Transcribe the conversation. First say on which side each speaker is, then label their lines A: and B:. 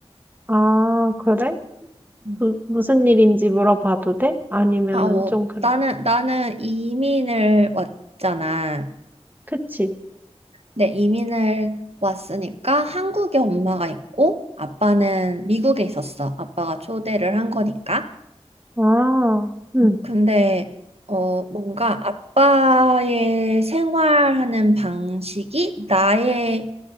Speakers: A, on the right (about 15°); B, on the right (about 65°).
A: 아, 그래?
B: 음.
A: 무, 무슨 일인지 물어봐도 돼? 아니면은
B: 아, 어,
A: 좀 그런.
B: 나는, 나는 이민을 왔잖아.
A: 그치?
B: 네, 이민을 왔으니까 한국에 엄마가 있고 아빠는 미국에 있었어. 아빠가 초대를 한 거니까.
A: 아, 응,
B: 근데 어 뭔가 아빠의 생활하는 방식이 나의